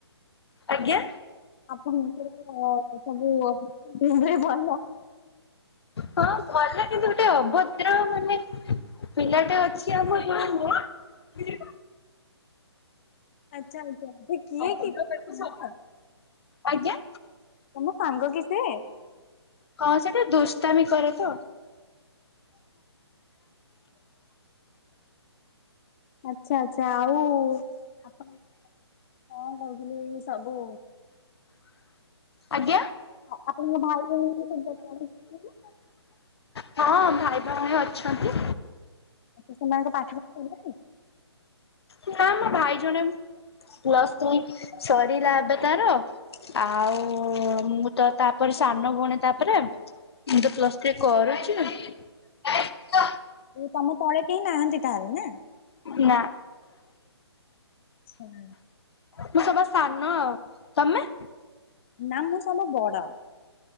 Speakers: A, on the left; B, on the left.
A: ଆଜ୍ଞା।
B: ଆପଣଙ୍କୁ <unintelligible> ସବୁ <unintelligible>
A: ହଁ ଭଲ କିନ୍ତୁ ଗୋଟେ ଅଭଦ୍ର ମାନେ ପିଲାଟେ ଅଛି ଆମ ଗାଁରେ
B: ଆଚ୍ଛା ଆଚ୍ଛା ସେ
A: ଅଭଦ୍ର
B: କିଏ କି ତମ
A: ତାକୁ
B: ସାଙ୍ଗ?
A: ସଭା। ଆଜ୍ଞା।
B: ମୋ ସାଙ୍ଗ କି ସେ
A: ହଁ ସେଇଠା ଦୁଷ୍ଟାମୀ କରେ ତ
B: ଆଚ୍ଛା ଆଛା ଆଉ ଆପଣ କଣ କର <inaudible> ସବୁ
A: ଆଜ୍ଞା।
B: ଆପଣଙ୍କ ଭାଇ ଭଉଣି <inaudible>
A: ହଁ ଭାଇ ଭଉଣୀ ଅଛନ୍ତି।
B: ଆଛା ସେମାନଙ୍କ ପାଠ ପଢା ସରିଲାଣି?
A: ନା ମୋ ଭାଇ ଜଣେ ପ୍ଲସ ଥ୍ରୀ ସରିଲା ଏବେ ତାର ଆଉ-ଉ-ଉ-ଉ ମୁଁ ତ ତାପରେ ସାନ ଭଉଣୀ ତାପରେ। ମୁଁ ପ୍ଲସ୍ ଥ୍ରୀ କରେ। <inaudible>
B: ତମ ତଳେ କେହି ନାହାନ୍ତି ତାହେଲେ। ନା?
A: ନା।
B: ହୁଁ।
A: ମୁଁ ସବା ସାନ। ଆଉ ତମେ?
B: ନା ମୁଁ ସବା ବଡ଼।